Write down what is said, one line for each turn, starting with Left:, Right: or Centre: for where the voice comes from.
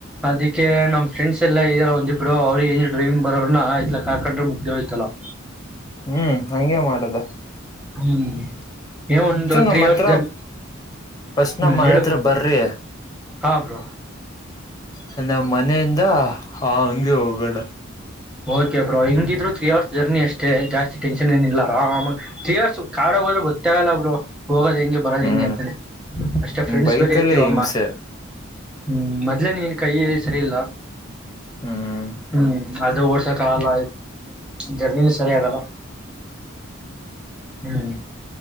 Centre: ಅದಕ್ಕೆ ನಮ್ ಫ್ರೆಂಡಸ್ ಎಲ್ಲ ಇದರ ಒಂದ್ ಎರೆಡು ಇಬ್ರು ಅವರಿಗೆ ಹೆಂಗ್ ಡ್ರೈವಿಂಗ್, ಬರೋನ ಇತ್ತಲಗ ಕಾಕಂಡ್ರೆ ಮುಗಿದು ಹೋಯ್ತು ನಾವು
Left: ಹ್ಮ್ ಹಂಗೆ ಮಾಡುದ?
Centre: ಹ್ಮ್ ಏ ಒಂದು
Left: ನಮ್ಮ
Centre: ತ್ರೀ ಅವರ್ಸ್
Left: ಹತ್ರ
Centre: ಜರ್ನಿ
Left: ಫಸ್ಟ್
Centre: ಹ್ಮ್
Left: ನಮ್ಮನೆ
Centre: ಹೇಳು
Left: ಹತ್ರ ಬರ್ರಿ.
Centre: ಹಾ ಬ್ರೋ,
Left: ದ ನಮ್ಮ ಮನೆಯಿಂದ ಹಾ ಹಂಗೆ ಹೋಗೋಣ.
Centre: ಓಕೆ ಬ್ರೋ ಹೆಂಗಿದ್ರು ತ್ರೀ ಅವರ್ಸ್ ಜರ್ನಿ ಅಷ್ಟೇ ಜಾಸ್ತಿ ಟೆನ್ಷನ್ ಏನ ಇಿಲ್ಲಾರ ತ್ರೀ ಅವರ್ಸ್ ಕಾರ್ ಹೋದ್ರೆ ಗೊತ್ತೆ ಅಗಲ್ಲ ಬ್ರೋ, ಹೋಗೋದ್ ಹೆಂಗೆ ಬರೋದು
Left: ಹ್ಮ್
Centre: ಹೆಂಗೆ ಅಂತಾನೆ ಅಷ್ಟೇ ಫ್ರೆಂಡ್ಸ್
Left: ಬೈಕಲ್ಲೇ
Centre: ಬೇರೆ ಇರ್ತೀವ
Left: ಹಿಂಸೆ
Centre: ಅಮ್ಮ, ಹ್ಮ್ ಮೊದ್ಲೇನ್ ನೀನ್ ಕೈ ಸರಿ ಇಲ್ಲ.
Left: ಹ್ಮ್
Centre: ಹ್ಮ್ ಒಡ್ಸೋಕೆ ಆಗಲ್ಲ ಜರ್ಮ ಸರಿಯಾಗಲ್ಲ ಹ್ಮ್